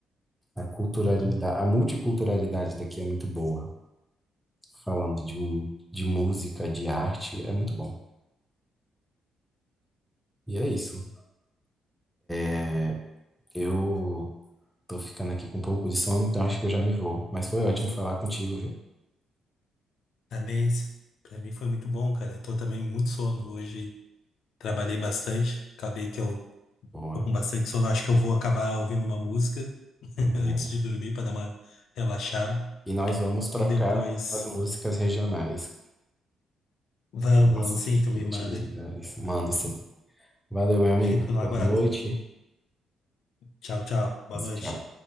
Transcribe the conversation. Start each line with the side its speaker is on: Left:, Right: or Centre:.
Centre: A culturalidade,
Left: Uhum.
Centre: a multiculturalidade daqui é muito boa. Falando de, mu- de música, de arte, é muito bom. E é isso. É, Eu tô ficando aqui com um pouco de sono, então acho que eu já me vou. Mas foi ótimo falar contigo, viu?
Left: Também, para mim foi muito bom, cara. Eu tô também muito sono hoje. Trabalhei bastante. Acabei que eu
Centre: Boa,
Left: tô com bastante sono. Acho que eu vou acabar ouvindo uma música <laughs>
Centre: boa.
Left: antes de dormir para dar uma relaxada.
Centre: E nós vamos trocar
Left: E depois,
Centre: as músicas regionais
Left: vamos,
Centre: dos nossos
Left: vamos sim,
Centre: respectivos
Left: tu me manda.
Centre: lugares. Manda sim. Valeu, meu amigo.
Left: Fico no
Centre: Boa
Left: aguardo.
Centre: noite.
Left: Tchau, tchau. Boa noite.
Centre: Tchau.